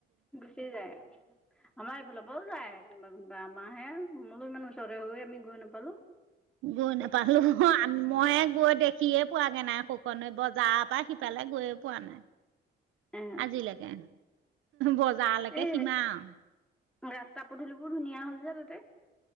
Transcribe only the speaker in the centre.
গুচি যায় আমাৰ এইফালৰ পৰাও যায় কোনোবা বা আমাহে মোলৈ ইমান ওচৰে হৈয়ে আমি গৈ নাপালো
এ
এই
ৰাস্তা পদূলিবোৰ ধুনীয়া হ'ল যে তাতে।